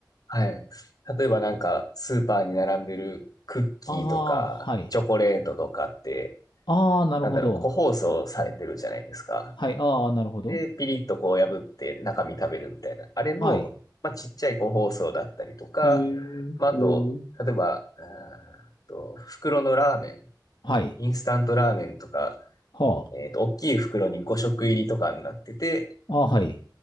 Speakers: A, on the left; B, on the left.
A: はい。例えばなんか、スーパーに並んでるクッキーとか、
B: ああ、はい。
A: チョコレートとかって、
B: ああ、なるほど。
A: なんだろう、個包装されてるじゃないですか。
B: はい。ああ、なるほど。
A: で、ピリッとこう破って中身食べるみたいな。あれの、
B: はい。
A: まあ、ちっちゃい個包装だったりとか、
B: えー、
A: まあ、
B: ほう。
A: あと、例えば、うーんと、袋のラーメン、
B: はい。
A: インスタントラーメンとか、
B: はあ。
A: えっと、大きい袋に5食入りとかになってて、
B: ああ、はい。